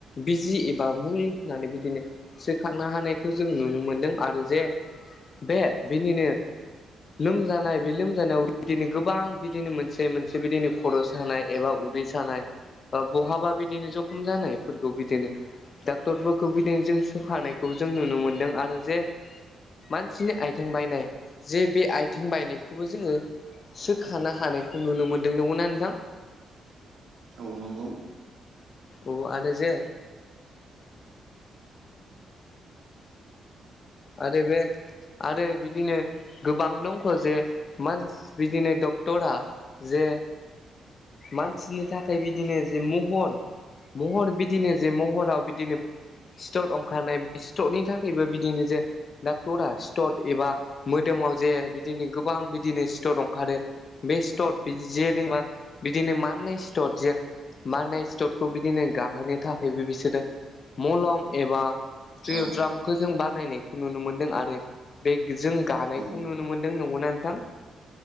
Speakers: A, on the left; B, on the right.
A: बिजि एबा मुलि होननानै बिदिनो सोखांनो हानायखौ जों नु नो मोनदों आरो जे बे बिनिनो लोमजानाय बे लोमजानायाव बिदिनो गोबां बिदिनो मोनसे मोनसे बिदिनो खर' सानाय एबा उदै सानाय बा बहाबा बिदिनो जखम जानायफोरखौ बिदिनो डाक्टरफोरखौ बिदिनो जों सोखानायखौ जों नुनो मोनदों आरो जे मानसिनि आथिं बायनाय जे बे आथिं बायनायखौबो जोङो सोखानो हानायखौ नुनो मोनदों नंगौना नोंथां।
B: औ नंगौ
A: औ आरो जे आरो बेे आरो बिदिनो गोबां दंख' जे मान्स बिदिनो डक्टरा जे मानसिनि थाखाय बिदिनो जे महर महर बिदिनो जे महराव बिदिनो सिथर ओंखारनाय बे सिथरनि थाखायबो बिदिनो जे डाक्टरा सिथर एबा मोदोमाव जे बिदिनो गोबां बिदिनो सिथर ओंखारो बे सिथर जेनबा बिदिनो माननाय सिथर जे माननाय सिथरखौ बिदिनो गाहोनो थाखायबो बिसोरो मलम एबा ट्रियद्रामखौ
B: औ
A: जों बानायनाय खौ नुनो मोनदों आरो बे जों गानायखौ
B: औ
A: नुनो मोनदों नंगौना नोंथां